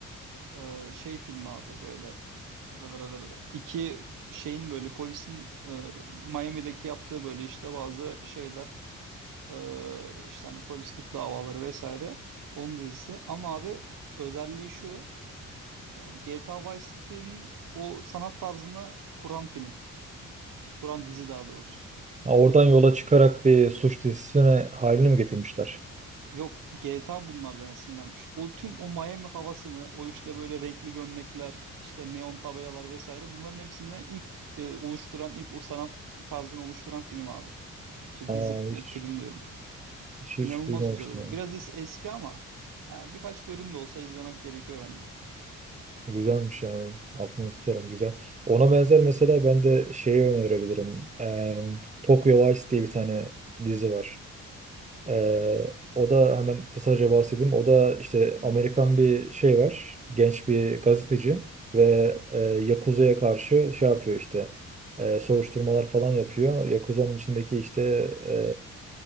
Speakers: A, on the right (about 70°); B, on the right (about 20°).
A: Ee, şey film abi böyle. Ee, iki şeyin böyle polisin e, Miami'deki yaptığı böyle işte bazı şeyler Ee, işte hani polislik davaları vesaire. Onun dizisi. Ama abi özelliği şu. e, GTA Vice City'nin o sanat tarzını kuran film. Kuran dizi daha doğrusu.
B: Ha, oradan yola çıkarak bir suç dizisine halini mi getirmişler?
A: Yok GTA bunlardan esinlenmiş. O tüm o Miami havasını, o işte böyle renkli gömlekler, işte neon tabelalar vesaire bunların hepsini ilk e, oluşturan, ilk o sanat tarzını oluşturan film abi. İşte
B: Aa,
A: dizi, e,
B: hiç,
A: film diyorum.
B: hiç, hiç
A: İnanılmaz
B: duymamıştım
A: güzel oyun.
B: ya.
A: Biraz es- eski ama ha, birkaç bölüm de olsa izlemek gerekiyor bence.
B: Güzelmiş yani. Altını tutarım güzel. Ona benzer mesela ben de şeyi önerebilirim. Em, Tokyo Vice diye bir tane dizi var. Ee, o da hemen kısaca bahsedeyim. O da işte Amerikan bir şey var. Genç bir gazeteci ve e, Yakuza'ya karşı şey yapıyor işte. e, soruşturmalar falan yapıyor. Yakuza'nın içindeki işte e,